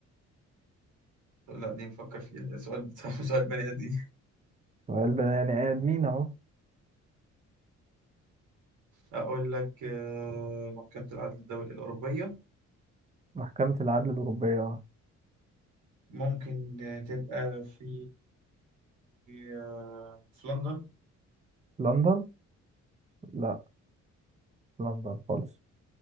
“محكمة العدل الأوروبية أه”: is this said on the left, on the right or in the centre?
Right